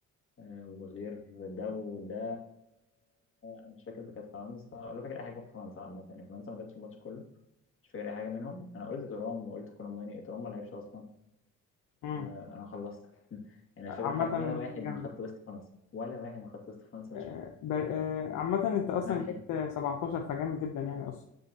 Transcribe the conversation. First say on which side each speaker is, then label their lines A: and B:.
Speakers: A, on the left; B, on the left.
A: آه، وغير ده وده انا مش فاكر كانت فرنسا ولا فاكر اي حاجه في فرنسا عامه يعني فرنسا ما جاتش الماتش كله مش فاكر اي حاجه منهم انا قلت ترام وقلت كولوماني ترام ما لعبش اصلا
B: مم.
A: آه، انا خلصت <laughs> يعني مش
B: عامة
A: فاكر حد ولا واحد من
B: جامد
A: خط وسط فرنسا ولا واحد من خط وسط فرنسا
B: آه،
A: مش فاكره
B: ب- آه، عامة انت اصلا
A: ممحي
B: جبت 17 فجامد جدا يعني اصلا